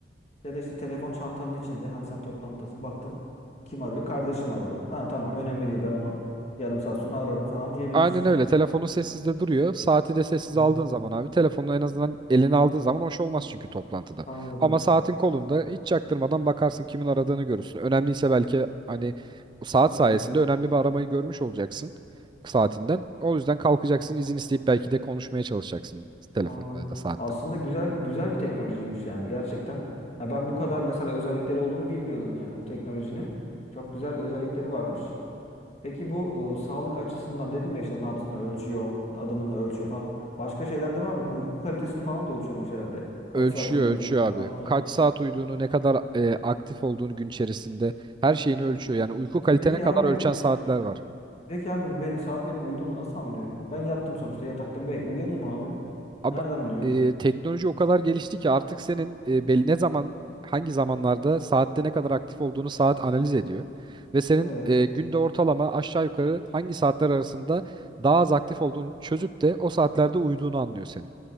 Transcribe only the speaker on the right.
Aynen öyle.
Telefonun sessizde duruyor. Saati de sessiz
aldığın zaman abi telefonu en azından eline aldığın zaman hoş olmaz çünkü toplantıda.
Ama saatin kolunda hiç çaktırmadan bakarsın kimin aradığını görürsün. Önemliyse belki hani saat
sayesinde önemli bir aramayı görmüş olacaksın saatinden. O yüzden kalkacaksın
izin isteyip belki de konuşmaya çalışacaksın telefonda
ya da saatten.
Ölçüyor
ölçüyor abi.
Kaç saat uyuduğunu ne kadar e, aktif olduğunu gün içerisinde her şeyini ölçüyor. Yani uyku kalitene
kadar
ölçen saatler var.
Abi
e, teknoloji o kadar gelişti ki artık senin e, belli ne zaman hangi zamanlarda saatte ne kadar aktif olduğunu saat analiz ediyor. Ve senin
e, günde ortalama aşağı yukarı hangi saatler arasında daha az aktif olduğunu çözüp de o saatlerde uyuduğunu anlıyor senin.